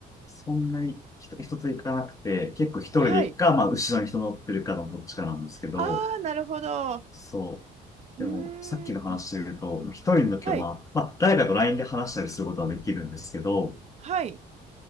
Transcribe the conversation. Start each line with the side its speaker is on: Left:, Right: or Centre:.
Left: そんなに人、人と行かなくて、結構一人で行くか、
Right: はい。
Left: まあ、後ろに人乗ってるかのどっちかなんですけど、
Right: ああ、なるほど。う
Left: そう。
Right: ーん。
Left: でも、さっきの話で言うと、一人の時は、
Right: はい。
Left: まあ、まあ、誰かと LINE で話したりすることはできるんですけど、
Right: はい。